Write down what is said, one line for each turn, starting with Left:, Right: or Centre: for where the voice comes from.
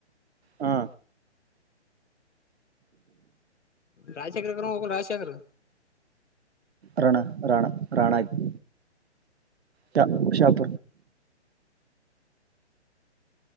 Right: ಹಾ
Left: ರಾಜಶೇಖರ್ ಕೋಗ ರಾಜಶೇಖರ್
Right: ರಾಣ ರಾಣ ರಾಣಾಗಿ ಚಾ ಉ ಶಾಪ